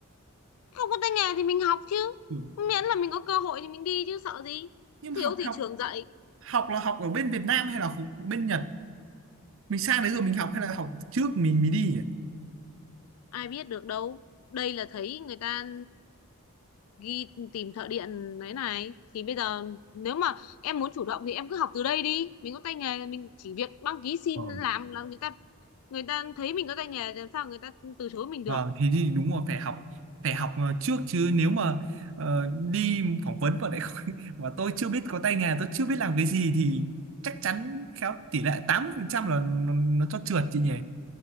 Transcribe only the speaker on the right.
Ừ.
nhưng mà
học
học
học là học ở bên Việt Nam hay là học bên Nhật mình sang đấy rồi mình học hay là học trước mình mới đi nhỉ
Ờ.
Vâng, thế thì đúng rồi phải học phải học ờ, trước chứ nếu mà ờ, đi phỏng vấn mà lại không, <laughs> mà tôi chưa biết có tay nghề tôi chưa biết làm cái gì thì chắc chắn khéo tỷ lệ 80% là nó, nó cho trượt chị nhỉ.